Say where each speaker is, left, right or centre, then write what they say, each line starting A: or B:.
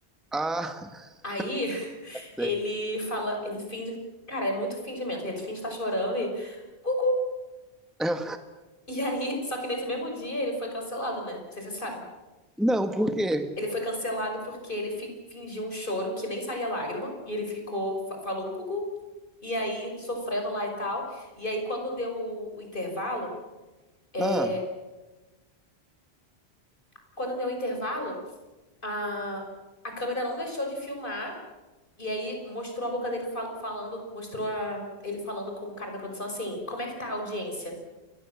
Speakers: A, in the centre; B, on the left.
A: ah, <laughs>
B: Aí <laughs> ele
A: sei.
B: fala. Ele finge. Cara, é muito fingimento. Ele finge estar chorando e. Gugu!
A: Eu-
B: E aí, <laughs> só que nesse mesmo dia ele foi cancelado, né? Não sei se você sabe.
A: não, por quê?
B: Ele foi cancelado porque ele fi- fingiu um choro que nem saía lágrima. E ele ficou, fa- falou gugu, e aí sofrendo lá e tal. E aí, quando deu o, o intervalo, é,
A: Ah,
B: quando deu o intervalo, a, a câmera não deixou de filmar. E aí mostrou a boca dele fal- falando, mostrou a- ele falando com o cara da produção assim, como é que tá a audiência?